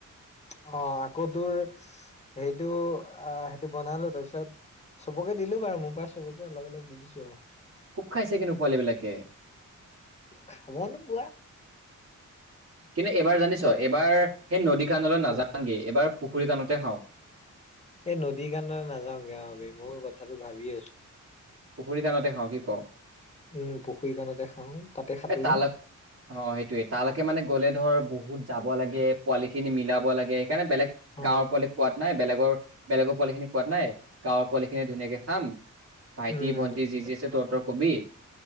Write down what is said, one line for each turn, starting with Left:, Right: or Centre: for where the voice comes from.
Left: অ', আকৌ তোৰ সেইটো অ' সেইটো বনালো তাৰপিছত চবকে দিলো বাৰু মোৰ পৰা চবকে অলপ অলপ দি দিছো আৰু।
Right: খুব খাইছে কিন্তু পোৱালী বিলাকে।
Left: খাবনো পুৱা
Right: কিন্তু এইবাৰ জানিছ, এইবাৰ সেই নদী খনলৈ নাযাওঁ
Left: অ
Right: নেকি এইবাৰ পুখুৰী কানতে খাওঁ।
Left: এই নদীৰ কাণলৈ নাযাওঁগে মোৰ কথাটো ভাবি আছো।
Right: পুখুৰী কাণতে খাওঁ কি ক'?
Left: উম', পুখুৰী কণতে খাওঁ তাতে সাঁতুৰিম।
Right: এ তালৈ অ', সেইটোয়ে তালৈকে মানে গলে ধৰ বহুত যাব লাগে, পোৱালি খিনি মিলাব লাগে সেইকাৰণে বেলেগ
Left: অ
Right: গাঁৱৰ পোৱালি কোৱাত নাই, বেলেগৰ পোৱালি খিনি কোৱাত নাই, গাঁৱৰ পোৱালি খিনিয়ে ধুনীয়াকে ভাইটি,
Left: উম
Right: ভণ্টি যি যি আছে তহতোৰ কবি।